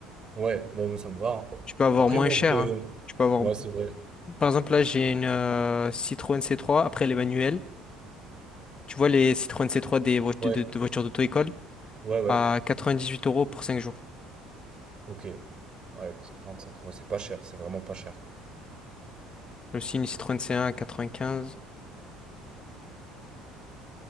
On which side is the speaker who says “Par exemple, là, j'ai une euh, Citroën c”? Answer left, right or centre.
Left